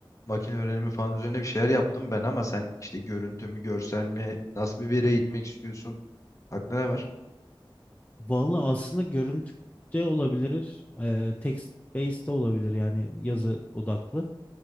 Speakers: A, on the left; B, on the left.
A: makine öğrenimi falan üzerine bir şeyler yaptım ben ama sen işte görüntü mü, görsel mi, nasıl bir veri eğitmek istiyorsun? Aklına ne var?
B: vallahi aslında görüntü de olabilir. E, text based de olabilir yani yazı odaklı.